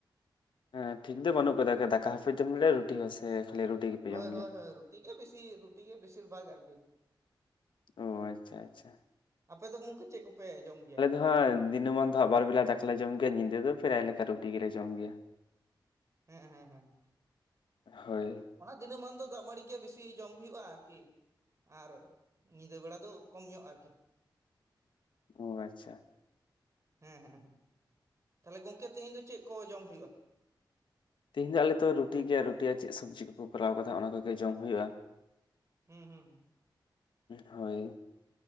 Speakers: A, on the left (about 85°); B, on the right (about 40°).
A: ᱦᱮᱸ ᱴᱷᱤᱠ ᱫᱚ ᱵᱟᱹᱱᱩᱜ ᱟᱠᱟᱫᱟ ᱫᱟᱠᱟ ᱦᱟᱯᱮ ᱡᱚᱢ ᱨᱩᱴᱤ ᱦᱚᱸᱮ ᱠᱷᱟᱹᱤ ᱨᱩᱴᱤ ᱜᱮᱯᱮ
B: ᱦᱳᱭ
A: ᱡᱚᱢ
B: ᱦᱳᱭ
A: ᱜᱮᱭᱟ?
B: ᱦᱳᱭ ᱨᱩᱴᱤ ᱜᱮ ᱵᱮᱥᱤ ᱨᱩᱴᱤ ᱜᱮ ᱵᱮᱥᱤᱨ ᱵᱷᱟᱜᱽ ᱟᱨᱠᱤ
A: ᱚ ᱟᱪᱪᱷᱟ ᱟᱪᱪᱷᱟ
B: ᱟᱯᱮ ᱫᱚ ᱜᱚᱝᱠᱮ ᱪᱮᱫ ᱠᱚᱯᱮ ᱡᱚᱢ ᱜᱮᱭᱟ
A: ᱫᱤᱱᱹᱢᱟᱱ ᱫᱚ ᱟᱵᱟᱨ ᱵᱮᱞᱟ ᱫᱟᱠᱟᱞᱮ ᱡᱚᱢ ᱜᱮᱭᱟ ᱧᱤᱫᱟᱹ ᱫᱚ ᱯᱨᱮᱨᱟᱭ ᱞᱮᱠᱟ ᱨᱩᱴᱤ ᱜᱮᱞᱮ ᱡᱚᱢ ᱜᱮᱭᱟ
B: ᱦᱮᱸ ᱦᱩᱸ ᱦᱩᱸ ᱦᱸ
A: ᱦᱳᱭ
B: ᱚᱱᱟ ᱫᱤᱱᱟᱹᱢ ᱢᱟᱱ ᱫᱚ ᱫᱟᱜ ᱢᱟᱹᱲᱤ ᱜᱮ ᱵᱮᱥᱤ ᱡᱚᱢ ᱦᱩᱭᱩᱜᱼᱟ ᱟᱨᱠᱤ ᱟᱨ ᱧᱤᱫᱟᱹ ᱵᱮᱲᱟ ᱫᱚ ᱠᱚᱢ ᱧᱚᱜ ᱟᱨᱠᱤ
A: ᱚ ᱟᱪᱪᱷᱟ
B: ᱦᱮᱸ ᱦᱮᱸ ᱦ ᱛᱟᱦᱚᱞᱮ ᱜᱚᱝᱠᱮ ᱛᱮᱦᱮᱧ ᱫᱚ ᱪᱮᱫ ᱠᱚ ᱡᱚᱢ ᱦᱩᱭᱩᱜᱼᱟ
A: ᱛᱮᱤᱦᱤᱧ ᱫᱚ ᱟᱞᱮ ᱛᱚ ᱨᱩᱴᱤ ᱜᱮᱭᱟ ᱨᱩᱴᱤᱭᱟᱜ ᱪᱮᱫ ᱥᱚᱵᱽᱡᱤ ᱠᱚᱠᱚ ᱠᱚᱨᱟᱣ ᱠᱟᱫᱟ ᱚᱱᱟ ᱠᱚᱜᱮ ᱡᱚᱢ ᱦᱩᱭᱩᱜᱼᱟ
B: ᱦᱩᱸ ᱦᱩᱸ ᱦᱩᱸ
A: ᱦᱳᱭ